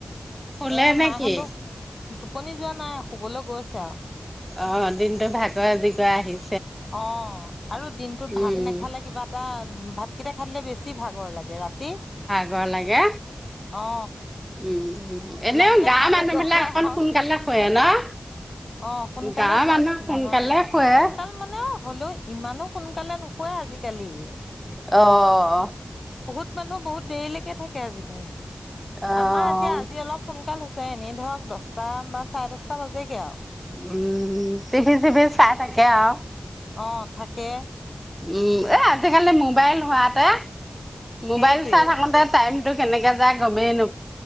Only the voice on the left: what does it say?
এ
মাহঁতো
টোপনি যোৱা নাই শুবলৈ গৈছে আৰু
অ আৰু দিনটোত
ভাত নেখালে কিবা এটা উ ভাতকেইটা খাই দিলে বেছি ভাগৰ লাগে ৰাতি
অ
লাগিলে
ভাত
এগঢ়াই
হওক
অ সোনকালে
খোৱা
নিচিনা
হয়
সোনকাল মানে হলেও ইমানো সোনকালে নোশুৱে আজিকালি
কিছুমান মানুহ বহুত দেৰিলৈকে আজিকালি
আমাৰ এতিয়া আজি অলপ সোনকাল হৈছে এনেই ধৰক দশটা বা চাৰে দশটা টা বাজেগে আও
অ থাকে
সেইটোৱে